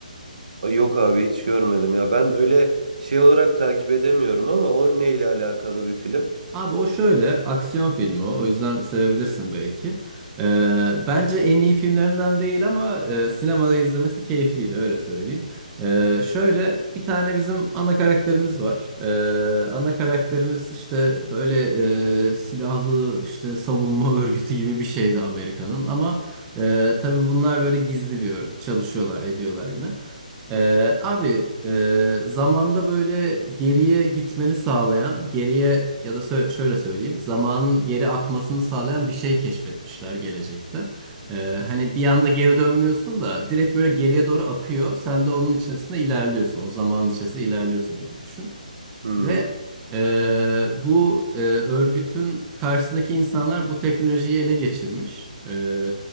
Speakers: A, on the right; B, on the right.
A: Ay, Yok abi hiç görmedim ya. Ben öyle şey olarak takip edemiyorum ama o neyle alakalı bir film? <laughs>
B: Abi o şöyle aksiyon filmi o. O yüzden sevebilirsin belki. Ee, bence en iyi filmlerinden değil ama e, sinemada izlemesi keyifliydi öyle söyleyeyim. Ee, şöyle bir tane bizim ana karakterimiz var. Ee, ana karakterimiz işte böyle e, silahlı işte savunma <laughs> örgütü gibi bir şeydi Amerika'nın ama e, tabii bunlar böyle gizli bir örgüt çalışıyorlar ediyorlar yine. Ee, abi e, zamanda böyle geriye gitmeni sağlayan, geriye ya da sö- şöyle söyleyeyim, zamanın geri akmasını sağlayan bir şey keşfetmişler gelecekte. Ee, hani bir anda geri dönmüyorsun da direkt böyle geriye doğru akıyor. Sen de onun içerisinde ilerliyorsun. O zamanın içerisinde ilerliyorsun gibi düşün.
A: Hmm.
B: Ve e, bu e, örgütün karşısındaki insanlar bu teknolojiyi ele geçirmiş. E,